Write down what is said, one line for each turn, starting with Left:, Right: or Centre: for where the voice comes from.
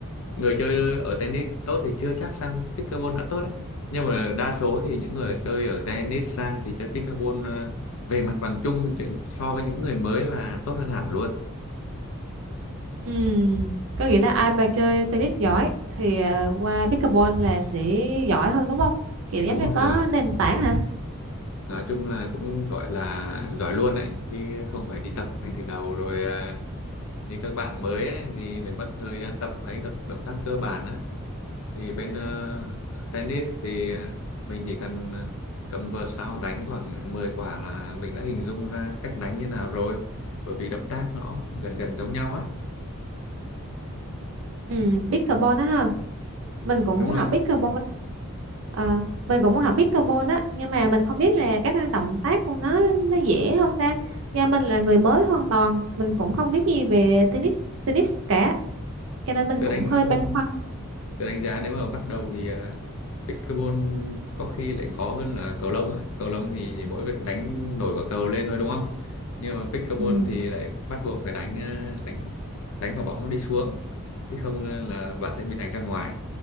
Left: người chơi ở tennis tốt thì chưa chắc rằng pickleball đã tốt đấy nhưng mà đa số thì những người chơi ở tennis sang thì chơi pickleball ờ, về mặt bằng chung thì so với những người mới là tốt hơn hẳn luôn
Right: Ừm, Có nghĩa là ai mà chơi tennis giỏi thì à, qua pickleball là sẽ giỏi hơn đúng không? Kiểu giống
Left: đúng
Right: như có
Left: rồi rồi
Right: nền tảng hả?
Left: nói chung là cũng gọi là giỏi luôn đấy chứ không phải đi tập ngay từ đầu rồi à, như các bạn mới ấy, thì phải mất thời gian tập mấy tập động tác cơ bản á thì bên ờ, tennis thì ờ, mình chỉ cần ờ, cầm vợt sau đánh khoảng 10 quả là mình đã hình dung ra cách đánh như nào rồi bởi vì động tác nó gần gần giống nhau á
Right: Ừm, pickleball đó ha. Mình cũng
Left: đúng
Right: muốn học
Left: rồi
Right: pickleball.
Left: Ừ.
Right: Ờ, mình cũng muốn học pickleball á, nhưng mà mình không biết là các động tác của nó nó dễ không ta? Nhà mình là người mới hoàn toàn, mình cũng không biết gì về tennis tennis cả, cho nên mình
Left: tôi
Right: cũng
Left: đánh
Right: hơi băn khoăn.
Left: tôi đánh giá nếu mà bắt đầu thì uh, pickleball có khi lại khó hơn là cầu lông ấy cầu lông thì chỉ mỗi việc đánh nổi quả cầu lên thôi đúng không nhưng mà pickleball
Right: Ừm,
Left: thì lại bắt buộc phải đánh ờ, đánh đánh quả bóng nó đi xuống chứ không ờ, là bạn sẽ bị đánh ra ngoài